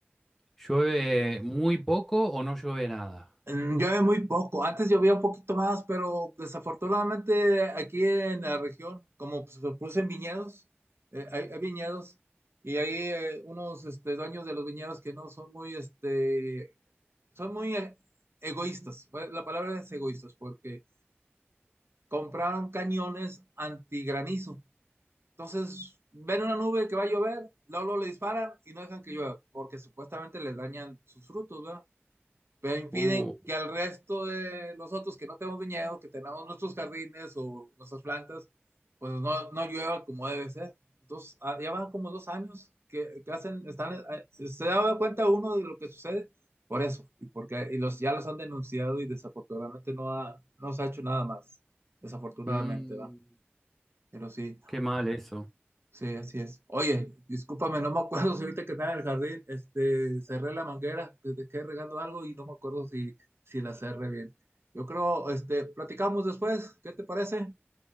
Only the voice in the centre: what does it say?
llueve muy poco o no llueve nada.
Uh,
mm,
qué mal eso.